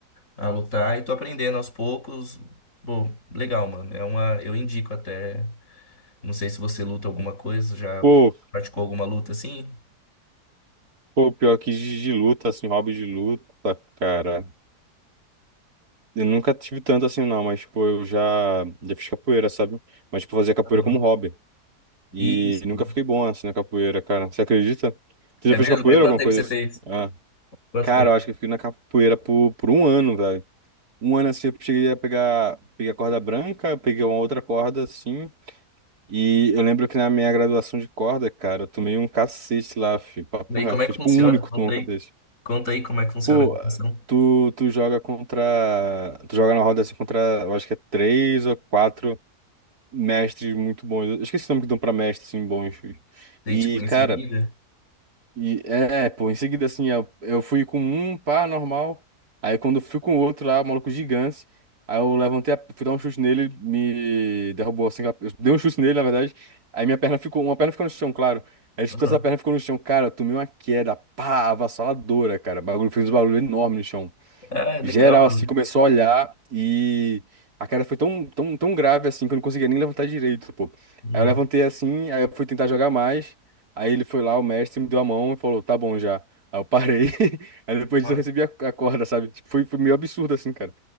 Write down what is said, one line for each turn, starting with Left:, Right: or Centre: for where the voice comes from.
Left: a lutar e tô aprendendo aos poucos. Bom, legal, mano. É uma, eu indico até. Não sei se você luta alguma coisa, já
Right: Pô,
Left: praticou alguma luta assim?
Right: pô, pior que de, de luta, assim, hobby de luta, cara. Eu nunca tive tanto assim, não, mas, pô, eu já, já fiz capoeira, sabe? Mas, tipo, eu fazia capoeira
Left: Ah, legal.
Right: como hobby. E
Left: Isso.
Right: nunca fiquei bom, assim, na capoeira, cara. Você acredita? Você
Left: É
Right: já fez
Left: mesmo?
Right: capoeira,
Left: Mas quanto
Right: alguma
Left: tempo
Right: coisa
Left: você
Right: assim?
Left: fez?
Right: Ah.
Left: Quanto
Right: Cara,
Left: tempo?
Right: eu acho que eu fiquei na capoeira por, por um ano, velho. Um ano assim eu cheguei a pegar, peguei a corda branca, eu peguei uma outra corda assim. E eu lembro que na minha graduação de corda, cara, eu tomei um cacete lá, fi, papo
Left: E aí,
Right: reto.
Left: como é
Right: Foi
Left: que
Right: tipo
Left: funciona?
Right: o único que
Left: Conta
Right: tomou um
Left: aí.
Right: cacete.
Left: Conta aí como é que funciona
Right: Pô,
Left: a gravação.
Right: tu, tu joga contra. Tu joga na roda assim contra, eu acho que é três ou quatro mestres muito bons. Eu esqueci o nome que dão pra mestres assim bons. fi.
Left: Sei,
Right: E,
Left: tipo, em
Right: cara.
Left: seguida.
Right: E é, pô, em seguida, assim, eu, eu fui com um pá normal. Aí quando eu fui com o outro lá, maluco gigante. Aí eu levantei, a, fui dar um chute nele, me derrubou assim. com a- Eu dei um chute nele, na verdade. Aí minha perna ficou, uma perna ficou no chão, claro. Aí chutou
Left: Uhum.
Right: essa perna ficou no chão. Cara, eu tomei uma queda, pá, avassaladora, cara. O Bagulho fez um barulho enorme no chão.
Left: Ah, legal,
Right: Geral,
Left: mano.
Right: assim, começou a olhar e a cara foi tão, tão, tão grave, assim, que eu não conseguia nem levantar direito, pô.
Left: Nossa,
Right: Aí eu levantei assim, aí eu fui tentar jogar mais. Aí ele foi lá, o mestre me deu a mão e falou, tá bom já. Aí eu parei. <laughs> Aí depois
Left: massa.
Right: disso eu recebi a, a corda, sabe? Tipo, foi, foi meio absurdo, assim, cara.